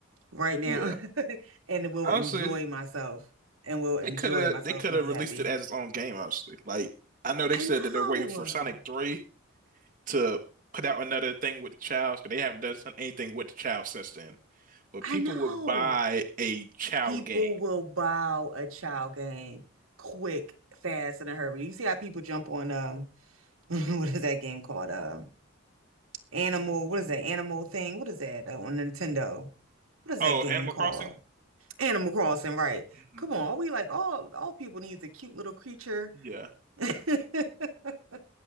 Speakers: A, on the right; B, on the right.
A: Right now.
B: Yeah.
A: <laughs> And will
B: Honestly,
A: enjoy myself and will enjoy
B: they could have
A: myself
B: they could
A: and
B: have
A: be
B: released
A: happy.
B: it as its own game, honestly. Like I know they
A: I
B: said
A: know.
B: that they're waiting for Sonic 3 to put out another thing with the Childs, because they haven't done anything with the Child since then. But
A: I
B: people
A: know.
B: would buy a Child
A: People
B: game.
A: will buy a child game quick, fast, in a hurry. You see how people jump on um <laughs> what is that game called? Um animal. What is that animal thing? What is that uh, on Nintendo? What is
B: Oh,
A: that game
B: Animal
A: called?
B: Crossing?
A: Animal Crossing, right?
B: Mhm.
A: Come on, are we like all all people needs a cute little creature?
B: Yeah.
A: <laughs>